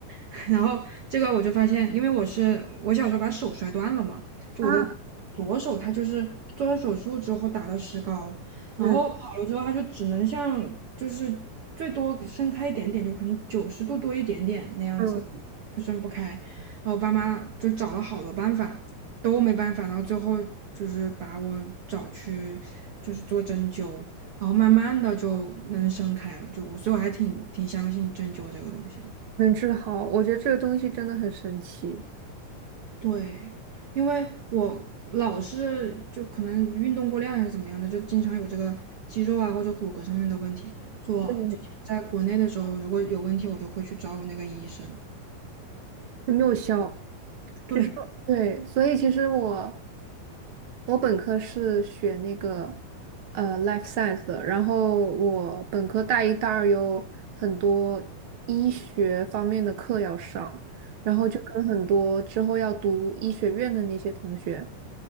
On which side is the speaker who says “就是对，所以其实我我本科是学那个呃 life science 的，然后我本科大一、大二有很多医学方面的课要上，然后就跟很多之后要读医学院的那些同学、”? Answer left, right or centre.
Right